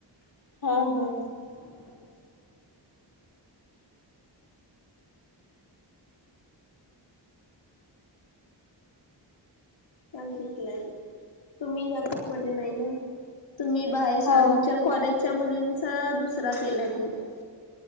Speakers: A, on the left (about 55°); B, on the left (about 80°).
A: हा हा
B: <inaudible> चांगली <unintelligible> तुम्ही या ग्रुप मध्ये नाही ना? तुम्ही बाहेरच्या
A: हा
B: आमच्या कॉलेजच्या मुलींचा दुसरा केलाय ग्रुप.